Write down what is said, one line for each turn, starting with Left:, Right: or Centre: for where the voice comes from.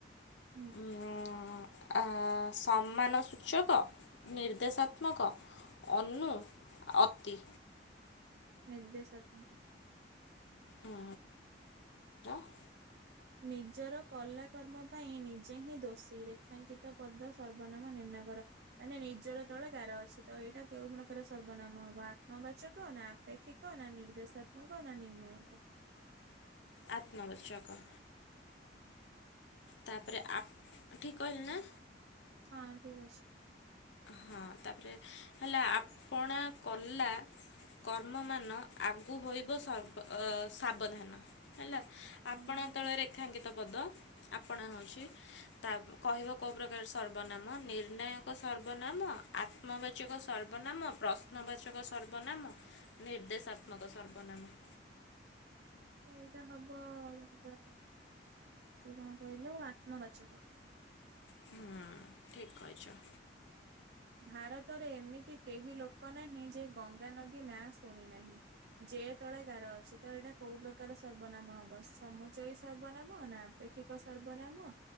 Right: ହୁଁ
Left: ଉମ ଉମ-ଆ ସମ୍ମାନ ସୂଚକ ନିର୍ଦ୍ଦେଶାତ୍ମକ ଅନୁ ଅତି।
Right: ନିର୍ଦେଶକଙ୍କ।
Left: ଆ <unintelligible>
Right: ନିଜର କଲା କର୍ମ ପାଇଁ ନିଜେ ହିଁ ଦୋଷୀ ରେଖାଙ୍କିତ ପଦ ସର୍ବନାମ ନିର୍ଣ୍ଣୟକର। ମାନେ ନିଜର ତଳେ ଗାର ଅଛି। ତ ଏଇଟା କେଉଁ <unintelligible> ସର୍ବନାମ ହବ? ଆତ୍ମବାଚକ ନା ଲେଖିକ ନା ନିର୍ଦ୍ଦେଶାତ୍ମକ ନା ନିର୍ଣ୍ଣାୟକ
Left: ଆତ୍ମବାଚକ ତାପରେ ଆପ ଠିକ୍ କହିଲି ନା?
Right: ହଁ ଠିକ୍ ଅଛି।
Left: ହଁ ତାପରେ ହେଲା ଆପଣା କଲା କର୍ମ ମାନ ଆଗୁ ହୋଇବ ସର୍ବ ଅ ସାବଧାନ ହେଲା।
Right: ହୁଁ
Left: ଆପଣା ତଳେ ରେଖାଙ୍କିତ ପଦ। ଆପଣା ହେଉଛି ତା କହିବ କେଉଁ ପ୍ରକାର ସର୍ବନାମ? ନିର୍ଣ୍ଣାୟକ ସର୍ବନାମ ଆତ୍ମବାଚକ ସର୍ବନାମ ପ୍ରଶ୍ନବାଚକ ସର୍ବନାମ ନିର୍ଦ୍ଦେଶାତ୍ମକ ସର୍ବନାମ।
Right: ଏଇଟା ହବ ଅ କଅଁ କହିଲ ଆତ୍ମବାଚକ।
Left: ହୁଁ ଠିକ୍ କହିଛ।
Right: ଭାରତରେ ଏମିତି କେହି ଲୋକ ନାହିଁ ଯେ ଗଙ୍ଗା ନଦୀ ନାଁ ଶୁଣି ନାହିଁ। ଯେ ତଳେ ଗାର ଅଛି। ତ ଏଇଟା କୋଉ ପ୍ରକାର ସର୍ବନାମ ହବ? ସମୁଚାୟୀ ସର୍ବନାମ ନା ଆପେକ୍ଷିକ ସର୍ବନାମ